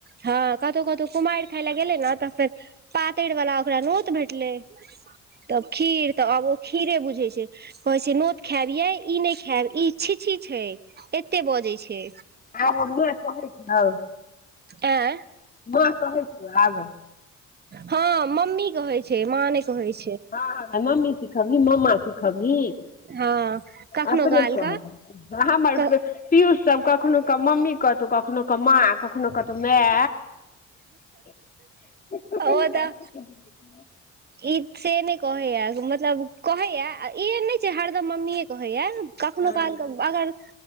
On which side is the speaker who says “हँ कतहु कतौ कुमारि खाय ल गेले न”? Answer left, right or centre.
Right